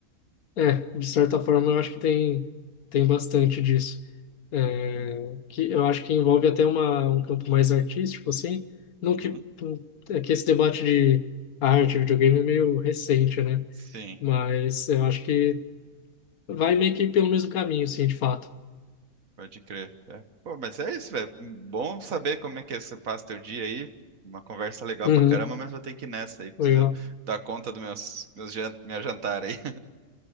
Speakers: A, on the left; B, on the right.
A: É, de certa forma eu acho que tem, tem bastante disso. É, que eu acho que envolve até uma, um campo mais artístico, assim. Não
B: Uhum.
A: que, é que esse debate de arte e videogame é meio recente, né?
B: Sim.
A: Mas eu acho que vai meio que pelo mesmo caminho, sim, de fato.
B: Pode crer. É. Pô, mas é isso, velho. Bom saber como é que você passa teu dia aí. Uma conversa legal
A: Uhum,
B: pra caramba, mas vou ter que ir nessa aí. Preciso
A: legal.
B: dar conta do meus, meus jan- minha jantar aí. <laughs>